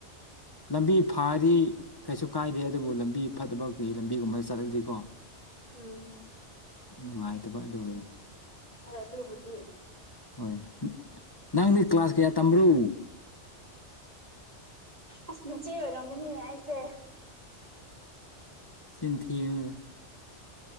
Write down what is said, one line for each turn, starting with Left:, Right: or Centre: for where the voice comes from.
Left: ꯂꯝꯕꯤ ꯐꯥꯔꯤ ꯀꯩꯁꯨ ꯀꯥꯏꯗꯦ ꯑꯗꯨꯕꯨ ꯂꯝꯕꯤ ꯐꯠꯇꯕꯤ ꯂꯝꯕꯤꯒꯨꯝꯕꯗ ꯆꯠꯂꯗꯤꯀꯣ
Right: ꯎꯝ
Left: ꯅꯨꯡꯉꯥꯏꯇꯕ ꯑꯗꯨꯒꯤꯅꯤ
Right: ꯍꯣꯏ ꯑꯗꯨꯕꯨꯗꯤ
Left: ꯍꯣꯏ ꯅꯪꯗꯤ ꯀ꯭ꯂꯥꯁ ꯀꯌꯥ ꯇꯝꯕ꯭ꯔꯣ
Right: ꯑꯁ ꯃꯆꯦ ꯑꯣꯏꯔꯝꯒꯅꯤꯅꯦ ꯑꯩꯁꯦ
Left: ꯁꯤꯤꯟꯊꯅꯗ